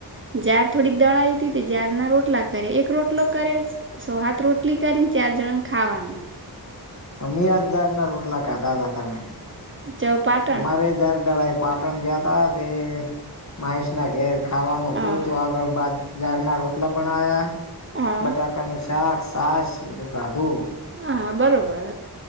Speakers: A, on the right (about 30°); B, on the left (about 45°).
A: ને ઝાર થોડીક દળાય થી તે ઝાર ના રોટલા લા કરે એક રોટલો કરે સો હાથ રોટલી કરીને ચાર જણાને ખાવાનું.
B: અમયાજદાર ના રોટલા ખાધા તા તા નહી
A: ચ પાટણ
B: અમારે જાર દડાઇ પાટણ ગયા તા તે મહેશ ના ઘેર. ખાવાનું હતું
A: હા
B: તે આગળ બાજ ઝારના રોટલા બનાયા
A: હા
B: બટાકાનું શાક. તાશ બધું કાધું
A: હા બરોબર